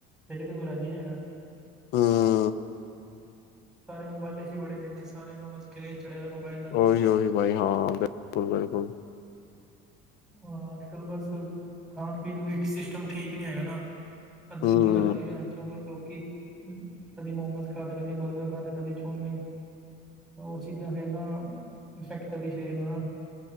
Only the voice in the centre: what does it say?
ਹਿਲ ਕੇ ਕੋਈ ਰਾਜੀ ਨਹੀ ਹੈਗਾ।
ਸਾਰੇ ਮੋਬਾਇਲਾ ਏਸੀ ਵੜੇ ਰੇ ਨੇ ਸਾਰਿਆਂ ਨੂੰ ਬਸ ਖੇ ਛੱਡਦੇ ਮੋਬਾਈਲ ਦਾ
ਹਾਂ, ਅੱਜ ਕੱਲ ਬਸ ਖਾਣ ਪੀਣ ਵੀ ਸਿਸਟਮ ਠੀਕ ਨੀ ਹੈਗਾ ਨਾ। ਅੱਧੀ-ਅੱਧੀ
ਰਾਤੀ ਵੈਨਚੋ ਮੁੜ ਲੋਕੀ ਕਦੀ ਮੋਮੋਸ ਖਾਦੇ, ਕਦੀ ਬਰਗਰ ਖਾਦੇ, ਕਦੀ ਚੋਮੀਨ। ਓ ਚੀਜ਼ਾਂ ਫੇਰ ਨਾ ਇਫੈਕਟ ਕਰਦੀ ਸਰੀਰ ਨੂੰ ਨਾ